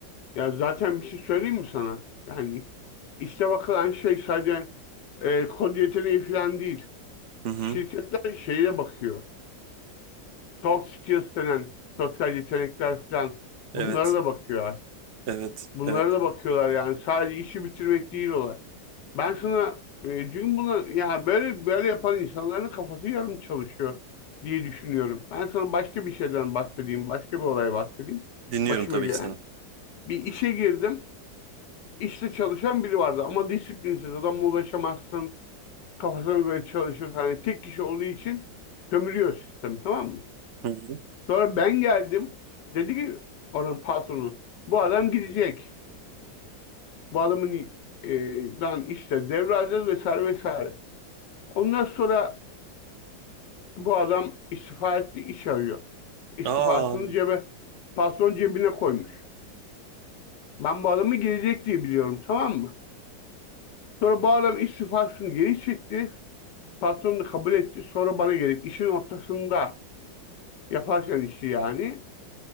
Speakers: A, on the left (about 70°); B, on the right (about 55°).
A: ya zaten bir şey söyleyeyim mi sana? Yani işte bakılan şey sadece e, kod yeteneği falan değil.
B: Hı hı.
A: Şirketler şeye bakıyor. soft skills denen sosyal yetenekler falan bunlara
B: Evet.
A: da bakıyor artık.
B: Evet.
A: Bunlara
B: Evet.
A: da bakıyorlar yani sadece işi bitirmek değil olay. Ben sana e, çünkü bunu ya böyle böyle yapan insanların kafası yarım çalışıyor diye düşünüyorum. Ben sana başka bir şeyden bahsedeyim, başka bir olay bahsedeyim.
B: Dinliyorum
A: Başıma
B: tabii
A: gelen.
B: ki seni.
A: Bir işe girdim. İşte çalışan biri vardı ama disiplinsiz adama ulaşamazsın. Kafasına göre çalışır. Hani tek kişi olduğu için sömürüyor sistemi tamam mı?
B: Hı hı.
A: Sonra ben geldim. Dedi ki oranın patronu bu adam gidecek. Bu adamın e, dan işte devralacağız vesaire vesaire. Ondan sonra bu adam istifa etti, iş arıyor. İstifasını
B: Aa,
A: cebe, patron cebine koymuş. Ben bu adamı gelecek diye biliyorum tamam mı? Sonra bu adam istifasını geri çekti. Patron da kabul etti. Sonra bana gelip işin ortasında yaparken işi yani.